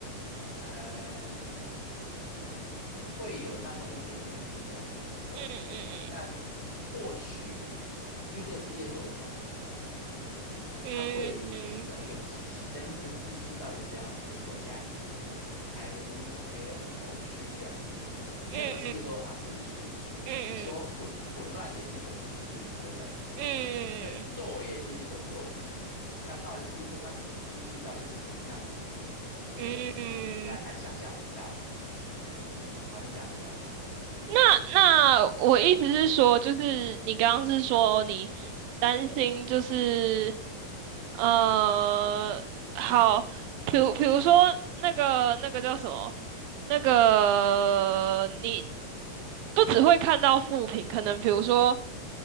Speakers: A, on the left; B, on the right.
A: 呃，会有那么一点点混乱，对。
B: 嗯嗯
A: 但或许，因为这个世界是我们想象出来的嘛，
B: 嗯嗯
A: 它会形成一个秩序，但是这个秩序到底是怎样的秩序，我现在还没有头绪。这样子，因为任何世界都有它的秩序，
B: 嗯嗯
A: 你说混混乱也是一种秩序嘛，对不对？
B: 嗯
A: 对，不作为也是一种作为嘛。那到底至于说他的秩序到底是怎么样子，诶，
B: 嗯嗯
A: 现在还想象不到。
B: 嗯，
A: 诶，好，你讲你的，
B: 那那我意思是说，就是你刚刚是说你担心，就是呃，好，比如比如说那个那个叫什么，那个你不只会看到负评，可能比如说。